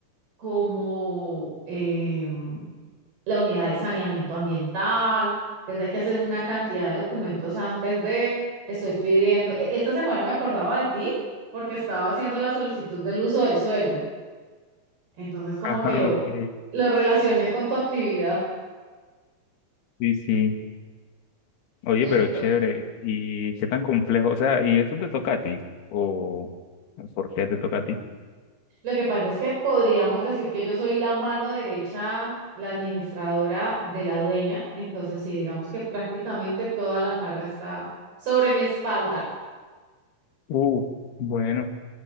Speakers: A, on the right (about 60°); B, on the left (about 65°).
A: como em, la unidad de saneamiento ambiental, entonces hay que hacer una cantidad de documentos antes de, estoy pidiendo, e- esta semana me acordaba de ti porque estaba haciendo la solicitud del uso del suelo, entonces como
B: Ajá,
A: que lo,
B: ok.
A: lo relacioné con tu actividad.
B: Sí, sí. Oye,
A: Ento-
B: pero chévere. ¿Y qué tan complejo? O sea, ¿y eso te toca a ti? ¿O por qué te toca a ti?
A: lo que pasa es que podríamos decir que yo soy la mano derecha, la administradora de la dueña, entonces sí, digamos que prácticamente toda la carga está sobre mi espalda.
B: Uh, bueno.